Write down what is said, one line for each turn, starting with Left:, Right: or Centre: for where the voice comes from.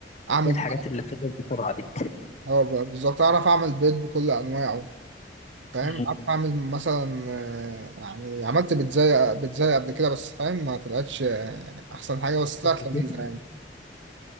Right: اعمل
Left: ايه الحاجات اللي بتخلص بسرعة دي
Right: اه ب- بالظبط اعرف اعمل بيض بكل انواعه فاهم
Left: مم.
Right: اعرف اعمل مثلا آه، يعني عملت بيتزاي بيتزاي قبل كده بس فاهم ما طلعتش آه، يعني احسن حاجه بس طلعت
Left: بس
Right: لذيذه
Left: كده.
Right: يعني